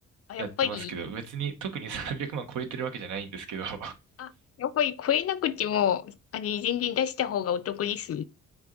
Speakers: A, on the left; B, on the right.
A: あ、やっぱり、
B: やってますけど、別に特に300万超えてるわけじゃないんですけど、<laughs>
A: あ、やっぱり超えなくても、あれ、全然出した方がお得です。